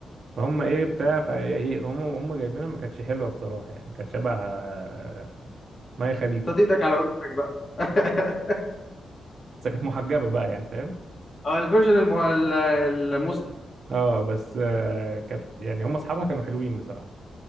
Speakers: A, on the right (about 60°); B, on the left (about 35°).
A: فهم ايه بتاع فهي إيه، هم هم جايبينها ما كانتش حلوه بصراحه يعني كانت شبه آه، مي خليفه
B: حطيت إيدك على وشك بقى <laughs>
A: بس كانت محجبه بقى يعني فاهم
B: أه الفيرجن الم- ال- المسلم
A: اه بس آه، كانت يعني هم اصحابها كانوا حلوين بصراحه